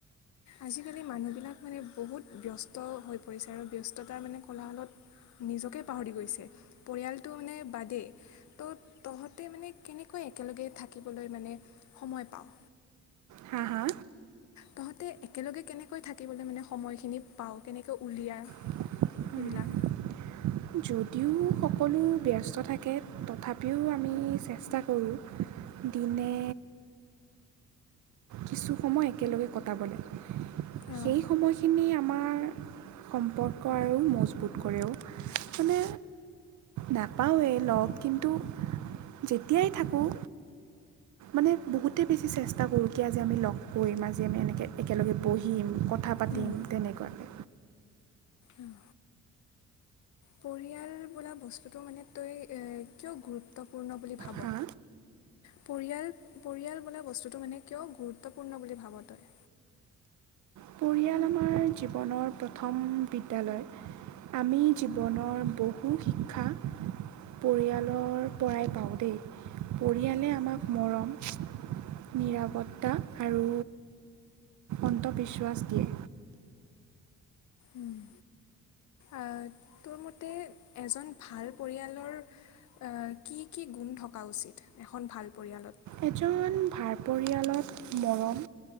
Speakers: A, on the left (about 65°); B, on the right (about 70°).
A: আজিকালি মানুহবিলাক মানে বহুত ব্যস্ত হৈ পৰিছে আৰু ব্যস্ততাৰ মানে কোলাহলত নিজকে পাহৰি গৈছে পৰিয়ালটো মানে বাদেই ত' তহঁতে মানে কেনেকৈ একেলগে থাকিবলৈ মানে সময় পাওঁ?
B: হা, হা?
A: তহঁতে একেলগে কেনেকৈ থাকিবলৈ মানে সময়খিনি পাওঁ কেনেকৈ উলিয়া?
B: <inaudible>
A: সেইবিলাক
B: <inaudible> যদিও সকলোঁ ব্যস্ত থাকে তথাপিও আমি চেষ্টা কৰোঁ দিনে কিছু সময় একেলগে কটাবলে।
A: অঁ
B: সেই সময়খিনি আমাৰ সম্পৰ্ক আৰু মজবুত কৰে অ'। মানে নাপাওঁৱেই লগ কিন্তু যেতিয়াই থাকোঁ মানে বহুতেই বেছি চেষ্টা কৰোঁ কি আজি আমি লগ কৰিম আজি আমি এনেকে একেলগে বহিম কথ কথা পাতিম
A: উম।
B: তেনেকুৱাকে।
A: উম, পৰিয়াল বোলা বস্তুটো মানে তই এ কিয় গুৰুত্বপূৰ্ণ বুলি ভাব?
B: হা
A: পৰিয়াল, পৰিয়াল বোলা বস্তুটো মানে কিয় গুৰুত্বপূৰ্ণ বুলি ভাব তই?
B: পৰিয়াল আমাৰ আমাৰ জীৱনৰ প্ৰথম বিদ্যালয় আমি জীৱনৰ বহু শিক্ষা পৰিয়ালৰ পৰাই পাওঁ দেই পৰিয়ালে আমাক মৰম নিৰাপত্তা আৰু অন্তঃবিচৱাচ দিয়ে।
A: উম, এ তোৰ মতে এজন ভাল পৰিয়ালৰ এ কি, কি গুণ থকা উচিত এখন ভাল পৰিয়ালত?
B: এজন ভাৰ পৰিয়ালত মৰম,